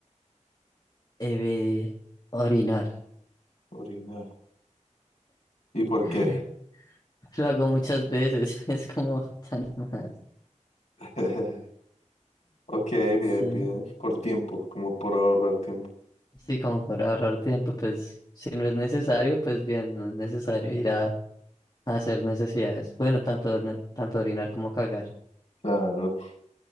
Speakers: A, on the left (about 35°); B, on the left (about 65°).
A: eh, orinar.
B: Orinar. ¿Y por
A: <laughs>
B: qué?
A: Lo hago muchas veces, <laughs> es como tan más.
B: <laughs> Ok, bien,
A: Sí,
B: bien. Por tiempo, como por ahorrar tiempo.
A: sí, como para ahorrar tiempo, pues si no es necesario, pues bien, no es necesario ir a Hacer necesidades. Bueno, tanto, ne- tanto orinar como cagar.
B: Claro,